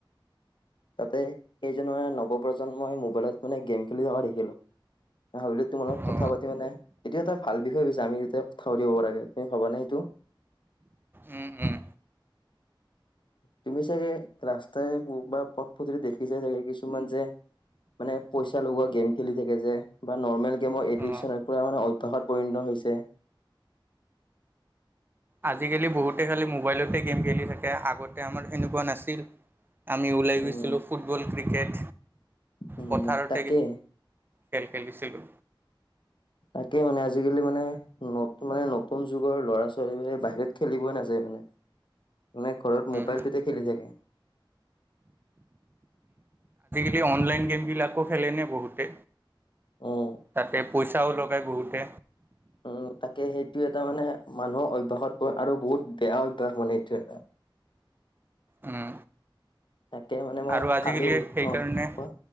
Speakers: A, on the left; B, on the right.
A: <inaudible> তাতে কেইজনমানে নৱপ্ৰজন্মই মোবাইলত মানে গেম খেলি থকা দেখিলোঁ মই ভাবিলো তোমাৰ লগত কথা
B: অ
A: পাতি মানে এইটো এটা ভাল বিষয় হৈ গৈছে আমি যেতিয়া কথা পাতিব পৰাকে শেষ হবা নে এইটো
B: উম উম
A: তুমি চাগে ৰাস্তাই বা পথ পদুলিত দেখিছা চাগে কিছুমান যে মানে পইচা লগোৱা গেম খেলি থাকে যে বা নৰ্মেল গেমৰ এডিক্সন
B: অ
A: মানে অভ্যাসত পৰিণত হৈ হৈছে
B: আজিকালি বহুতে খালি মোবাইলতে গেম খেলি থাকে আগতে আমাৰ এনেকুৱা নাছিল আমি ওলাই
A: উম
B: গৈছিলোঁ ফুটবল ক্ৰিকেট
A: উম
B: পথাৰতে
A: তাকে
B: খেল খেলিছিলো
A: তাকে মানে আজিকালি মানে নত মানে নতুন যুগৰ ল'ৰা ছোৱালীবোৰে বাহিৰত খেলিবই নাযায় মানে মানে ঘৰত
B: উম,
A: মোবাইলটো তে খেলি থাকে।
B: এই অনলাইন গেমবিলাকো খেলেনে, বহুতকে
A: উম,
B: তাতে পইচাও লগাই বহুতে
A: অ তাকে সেইটো এটা মানে মানুহৰ অভ্যাসত পৰে, আৰু বহুত বেয়া অভ্যাস মানে এইটো এটা।
B: উম
A: তাকে মানে মই
B: আৰু আজিকালি
A: কালি
B: সেইকাৰণে
A: অ', কোৱা